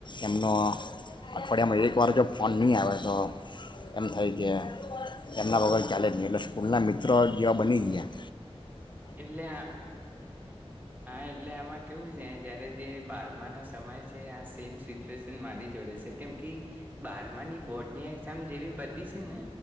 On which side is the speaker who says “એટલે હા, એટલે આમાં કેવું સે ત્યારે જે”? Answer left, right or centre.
Right